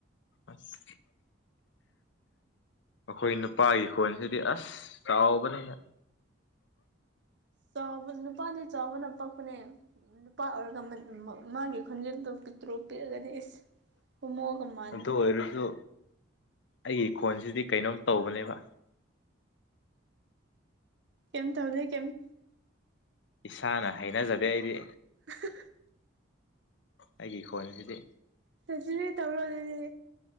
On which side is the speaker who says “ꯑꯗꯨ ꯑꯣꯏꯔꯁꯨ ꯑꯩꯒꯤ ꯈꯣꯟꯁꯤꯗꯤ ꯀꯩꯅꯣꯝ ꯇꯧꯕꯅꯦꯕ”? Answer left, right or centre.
Left